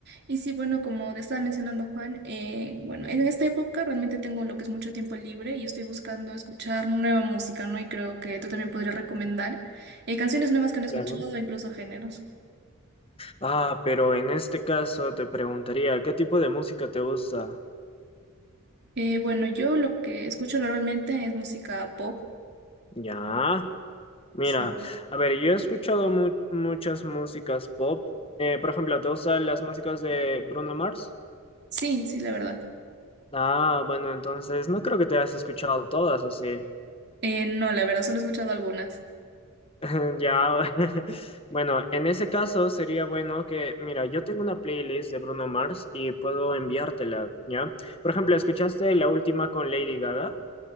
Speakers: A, on the right; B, on the left.
A: Y sí, bueno, como te estaba mencionando Juan, eh, bueno, en esta época realmente tengo lo que es mucho tiempo libre y estoy buscando escuchar nueva música, ¿no? Y creo que tú también podrías recomendar eh, canciones nuevas que no he escuchado
B: Claro.
A: o incluso géneros.
B: Ah, pero en este caso te preguntaría, ¿qué tipo de música te gusta?
A: Eh, bueno, yo lo que escucho normalmente es música pop.
B: Ya, mira,
A: Sí,
B: a ver, yo he escuchado mu- muchas músicas pop. Eh, por ejemplo, ¿te gustan las músicas de Bruno Mars?
A: sí, sí, la verdad.
B: Ah, bueno, entonces no creo que te hayas escuchado todas, ¿o sí?
A: Eh, no, la verdad, solo he escuchado algunas.
B: <laughs> Ya, <laughs> bueno, en ese caso sería bueno que, mira, yo tengo una playlist de Bruno Mars y puedo enviártela, ¿ya? Por ejemplo, ¿escuchaste la última con Lady Gaga?